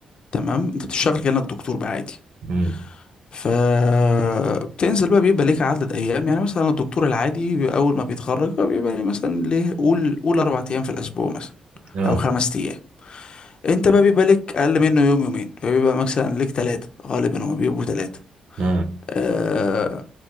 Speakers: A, on the left; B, on the right.
A: تمام انت بتشتغل كأنك دكتور بقى عادي
B: امم
A: فبتنزل بقى بيبقى ليك عدد ايام يعني مثلا الدكتور العادي بي- اول ما بيتخرج بقى بيبقى ليه مثلا ليه قول قول اربع ايام في الاسبوع مثلا
B: اه
A: او خمس ايام انت بقى بيبقى لك اقل منه يوم يومين فبيبقى مثلا لك ثلاثة غالبا هما بيبقوا ثلاثة
B: امم
A: أه...